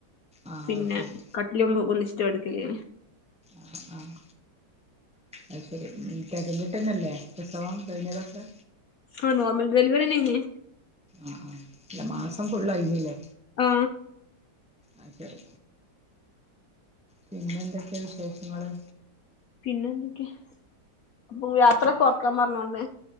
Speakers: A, in the centre; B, on the left.
A: ആഹ്
B: പിന്നെ
A: അത് ശരി
B: കട്ടിലിയുമ്പോ ഒന്നിച്ചിട്ട കെടക്കല്
A: ആഹ് ആഹ് അയ്ശെരി ഉം തെരഞ്ഞിട്ടന്നല്ലേ പ്രസവം കഴിഞ്ഞതൊക്കാ
B: ആഹ് നോർമൽ ഡെലിവറിന്നായിന്
A: ആഹ് ആഹ് ഇല്ല മാസം ഫുള്ളായിഴില്ലേ
B: ആ
A: അയ്ശരി പിന്നെന്തൊക്കെയാ വിശേഷങ്ങള്
B: പിന്നെ എന്തൊക്കെ അപ്പൊ യാത്ര കൊറക്കാൻ പറഞ്ഞോണ്ട്